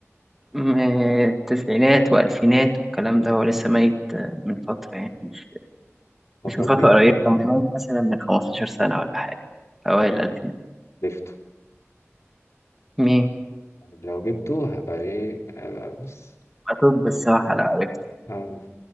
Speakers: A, in the centre; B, on the left.
A: م- تسعينات والفينات والكلام ده هو لسه ميت آه، من فتره يعني مش
B: فترة
A: مش من فتره
B: كبيرة
A: قريبه كان ميت مثلا من 15 سنه ولا حاجه اوائل
B: آه،
A: الالفينات
B: عرفته
A: مين؟
B: لو جبته هبقى ايه آه بص
A: طب الصراحه لا عرفت
B: آه.